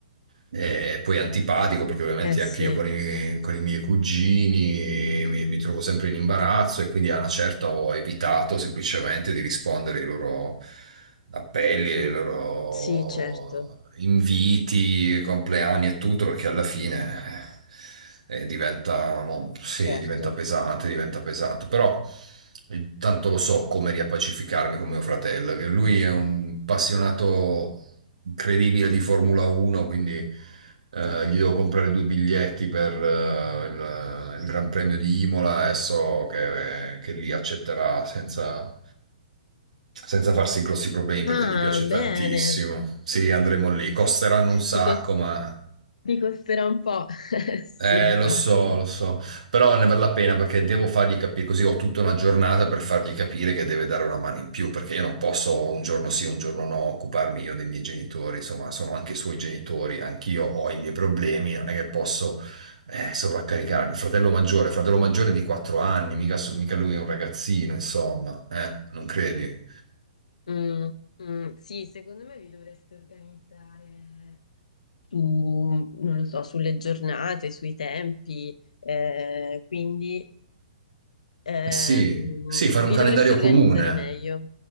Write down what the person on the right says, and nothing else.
E poi antipatico perché ovviamente
anche io con i, con i miei cugini mi, mi trovo sempre in imbarazzo e quindi a una certa ho evitato semplicemente di rispondere ai loro appelli, ai loro
inviti, compleanni e tutto perché alla fine eh, eh, diventa, mo- sì,
diventa pesante, diventa pesante. Però eh, tanto lo so come riappacificarmi con mio fratello, che lui è un appassionato incredibile di Formula 1, quindi eh, gli devo comprare due biglietti per eh, il, eh, il Gran Premio di Imola e so che, che lì accetterà senza, senza farsi grossi problemi perché
gli piace tantissimo.
Sì, andremo lì. Costeranno un sacco,
ma
eh,
lo so, lo so, però ne vale la pena perché devo fargli capire, così ho tutta una giornata per fargli capire che deve dare una mano in più, perché io non posso un giorno sì, un giorno no occuparmi io dei miei genitori, insomma, sono anche i suoi genitori, anch'io ho i miei problemi, non è che posso eh, sovraccaricarmi. Fratello maggiore, fratello maggiore di 4 anni, mica, so- mica lui è un ragazzino, insomma, eh, non credi? Eh,
sì, sì, fare
un calendario
comune,